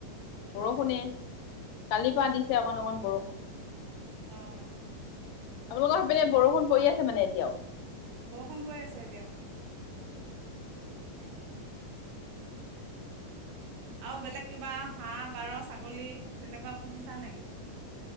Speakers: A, on the left; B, on the right.
A: বৰষুণে, কালিৰ পৰা দিছে অকণ, অকন বৰষুণ।
B: অ'।
A: আপোনালোকৰ সেইপিনে বৰষুণ পৰি আছে মানে এতিয়াও?
B: বৰষুণ পৰি আছে এতিয়াও। সেইকাৰণে। আৰু বেলেগ কিবা হাঁহ, পাৰ, ছাগলী তেনেকুৱা পুহিছা নেকি?